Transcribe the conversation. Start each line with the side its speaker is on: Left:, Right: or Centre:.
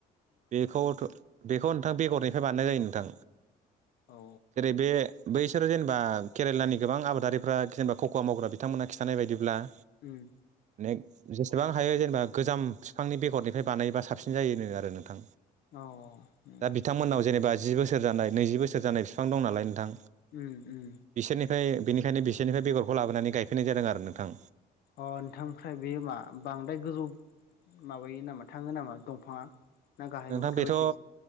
Right: बेखौ बेखौ नोंथां बेगरनिफ्राय बानायनाय जायो नोंथां
Left: औ
Right: जेरै बे बैसोरो जेनेबा केरेलानि गोबां आबादारिफ्रा जेनेबा खक'वा मावग्रा बिथांमोना खिथानाय बायदिब्ला
Left: उम
Right: माने जेसेबां हायो जेनेबा गोजाम बिफांनि बेगरनिफ्राय बानायबा साबसिन जायोनो आरो नोंथां
Left: अ उम
Right: दा बिथांमोननाव जेनेबा जि बोसोर जानाय नैजि बोसोर जानाय बिफां दं नालाय नोंथां
Left: उम उम
Right: बिसोरनिफ्राय बेनिखायनो बिसोरनिफ्राय बेगरखौ लाबोनानै गायफैनाय जादों आरो नोंथां
Left: अ नोंथां ओमफ्राय बेयो मा बांद्राय गोजौ माबायो नामा थाङो नामा दंफाङा ना गाहायावनो
Right: नोंथां बेथ'
Left: थाबाय थायो